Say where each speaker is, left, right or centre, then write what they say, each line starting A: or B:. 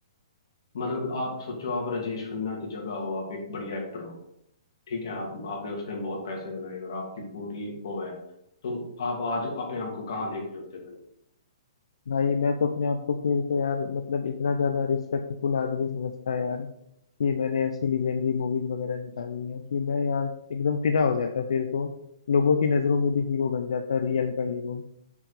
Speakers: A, on the left; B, on the left.
A: मतलब आप सोचो आप राजेश खन्ना की जगह हो आप एक बढ़िया एक्टर हो ठीक है आप आपने उस टाइम बहुत पैसे बनाए और आपकी पूरी वो है तो आप आज अपने आप को कहाँ देख रहे होते भाई
B: भाई मैं तो अपने आप को फिर तो यार मतलब इतना ज्यादा रिस्पेक्टफुल आदमी समझता है यार कि मैंने ऐसी लीजेंडरी मूवीज वगैरह निकाली है कि मैं यार एकदम फिदा हो जाता फिर तो लोगों की नजरों में भी हीरो बन जाता रियल का हीरो